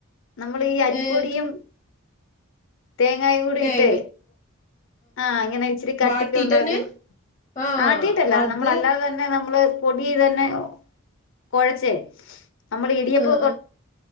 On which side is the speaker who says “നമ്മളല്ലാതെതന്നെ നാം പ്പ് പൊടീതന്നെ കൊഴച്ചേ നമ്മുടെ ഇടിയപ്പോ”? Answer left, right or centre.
Left